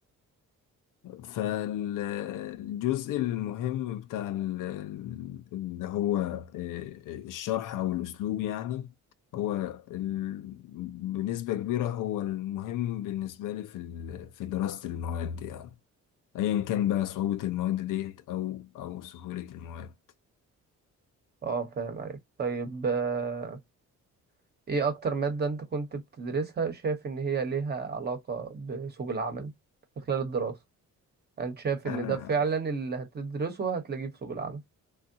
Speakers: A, on the left; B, on the right.
A: فالجزء المهم بتاع ال- ال- اللي هو آه، آه، الشرح أو الأسلوب يعني هو ال- بنسبة كبيرة هو المهم بالنسبة لي في ال- في دراسة المواد يعني أيا كان بقى صعوبة المواد ديت أو أو سهولة المواد
B: اه فاهم عليك طيب آه، ايه اكتر مادة انت كنت بتدرسها شايف ان هي ليها علاقة بسوق العمل في خلال الدراسة انت شايف
A: أنا
B: ان ده فعلا اللي هتدرسه هتلاقيه في سوق العمل